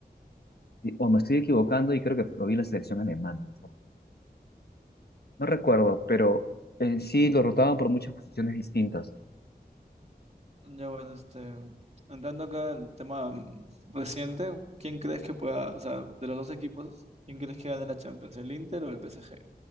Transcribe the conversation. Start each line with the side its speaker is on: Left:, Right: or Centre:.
Left: Y- o me estoy equivocando y creo que lo vi en la selección alemana. en esa No, recuerdo, pero en sí lo rotaban por muchas posiciones distintas.
Right: Ya bueno, este, entrando acá el tema mm, reciente, ¿quién crees que pueda, o sea, de los dos equipos, ¿quién crees que gane la Champions? ¿El Inter o el PSG?